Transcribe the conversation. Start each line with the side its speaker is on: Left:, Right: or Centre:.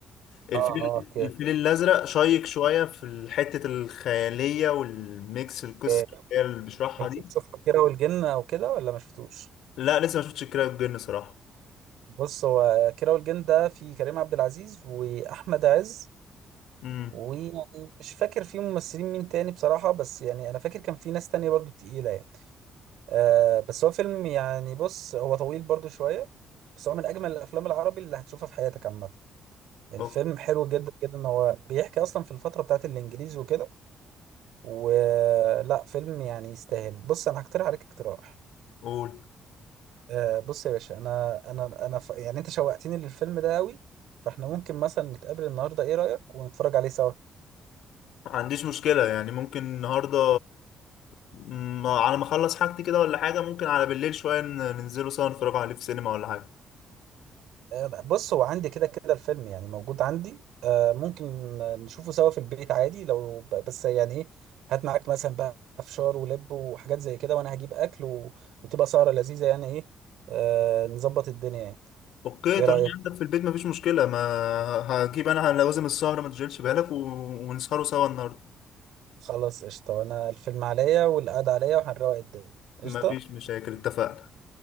Left: الفيل
Right: اه اه اوكي
Left: الفيل الأزرق شيق شوية في حتة الخيالية والميكس القصة
Right: اوكي.
Left: اللي بيشرحها
Right: انت
Left: دي
Right: بتشوف كيرة والجن او كده ولا ما شفتوش
Left: لا لسه ما شفتش الكيرة والجن صراحة
Right: بص هو كيرة والجن ده في كريم عبد العزيز واحمد عز
Left: امم
Right: ويعني مش فاكر فيه ممثلين مين تاني بصراحة بس يعني انا فاكر كان في ناس تانية برضو تقيلة يعني آه بس هو فيلم يعني بص هو طويل برضو شوية بس هو من أجمل الأفلام العربي اللي هتشوفها في حياتك عامة الفيلم
Left: أوكي
Right: حلو جدا جدا إن هو بيحكي أصلا في الفترة بتاعت الإنجليز وكده ولا فيلم يعني يستاهل بص أنا هقترح عليك اقتراح
Left: قول
Right: آه بص يا باشا أنا أنا أنا ف... يعني أنت شوقتني للفيلم ده أوي فإحنا ممكن مثلا نتقابل النهاردة إيه رأيك ونتفرج عليه سوا
Left: ما عنديش مشكلة يعني ممكن النهاردة م- على ما أخلص حاجتي كده ولا حاجة ممكن على بالليل شوية ن- ننزلوا سوا نتفرجوا عليه في سينما ولا حاجة
Right: آه، بص هو عندي كده كده الفيلم يعني موجود عندي آه، ممكن نشوفه سوا في البيت عادي لو ب- بس يعني ايه هات معاك مثلا بقى فشار ولب وحاجات زي كده وانا هجيب اكل و... وتبقى سهرة لذيذة يعني ايه آه، نظبط الدنيا يعني
Left: اوكي
Right: ايه
Left: طالما
Right: رأيك
Left: عندك في البيت مفيش مشكلة ما هجيب انا لوازم السهرة ما تشغلش بالك و... ونسهروا سوا النهاردة
Right: خلاص قشطة وانا الفيلم عليا والقعدة عليا وهنروق الدنيا قشطة
Left: مفيش مشاكل اتفقنا